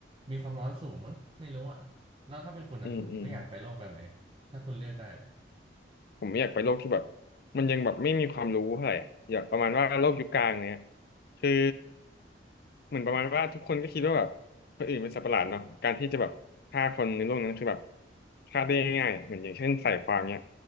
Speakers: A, on the right; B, on the left.
A: มีความร้อนสูงมั้งไม่รู้อ่ะแล้วถ้าเป็นคุณอ่ะคุณไม่อยากไปโลกแบบไหน
B: อืมอืม
A: ถ้าคุณเลือกได้อะ
B: ผมไม่อยากไปโลกที่แบบมันยังแบบไม่มีความรู้เท่าไหร่อะอยากประมาณว่าโลกยุคกลางเนี้ย คือ เหมือนประมาณว่าทุกคนก็คิดว่าแบบคนอื่นเป็นสัตว์ประหลาดเนาะการที่จะแบบฆ่าคนในโลกนั้นคือแบบฆ่าได้ง่ายๆอะเหมือนอย่างเช่นใส่ความเนี่ย